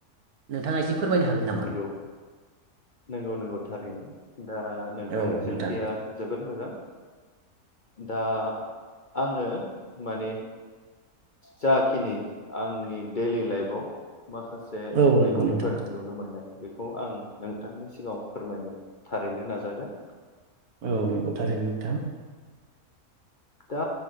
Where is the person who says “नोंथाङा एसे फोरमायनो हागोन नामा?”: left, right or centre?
Right